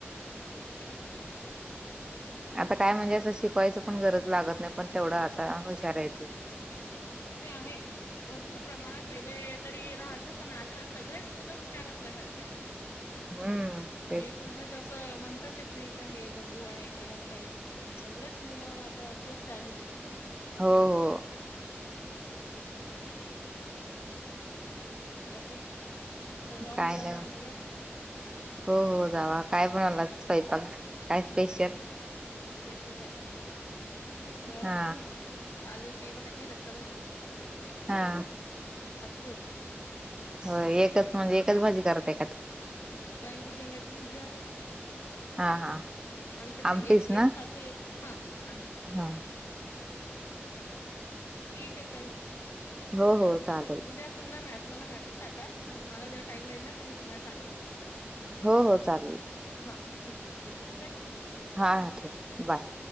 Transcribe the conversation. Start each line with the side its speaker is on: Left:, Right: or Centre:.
Left: तेच तर
Right: आता काय म्हणजे असं शिकवायचं पण गरज लागत नाही पण तेवढं आता हुशारहतील
Left: ते आहे भरपूर प्रमाणात पहिले तरी राहाचं पण असं सगळेच मुलं हुशार असल्यासारखे आहेत
Right: हम्म तेच
Left: ए टू झेड असं म्हणताचेत नाही का हे गब्बू आहे का याला काही येत नाही म्ह सगळेच मुलं आता खूप टॅलेंटेड आहेत
Right: हो हो
Left: त ना ह बाकी मता जाऊ
Right: काय
Left: मुलांना
Right: नाही
Left: आणायला
Right: हो हो जावा काय बणाला स्वयंपाक काय स्पेशल
Left: स्पेशल काहीच नाहीत आज असं
Right: हा
Left: आलूची भाजी रस्साभजी
Right: हा
Left: पोळी
Right: हो एकच म्हणजे एकच भाजी करते.
Left: <unintelligible> शेंगाची भाजी आहे ना.
Right: हा हा
Left: आमच्याकडे
Right: आमटीच
Left: एक एक
Right: ना
Left: खाते एक हा आमटी आमटी.
Right: हा
Left: म्हणून ठीक आहे ताई
Right: हो हो चालेल
Left: उद्या पुन्हा मॅस मला मेसेज टाकाल मग मला जेव्हा टाईम लाईल ना तर म तुम्हाला सांगेल तसं
Right: हो हो चालेल
Left: हा ठीक आहे ठीक ठूत आहे
Right: हा हा ठेवा बाय